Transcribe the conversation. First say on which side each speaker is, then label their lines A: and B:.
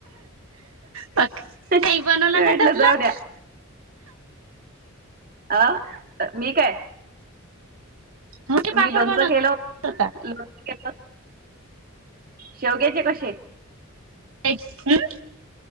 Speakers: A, on the right; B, on the right.
A: पात
B: म्हटलं
A: काही बनवला का त्यातलं?
B: जाऊ द्या आं मी काय
A: म्हणजे
B: मी
A: पापड
B: लोणचं
A: बनवत
B: केलं,
A: होता
B: लोणच केलं शेवग्याचे कसे.
A: <unintelligible>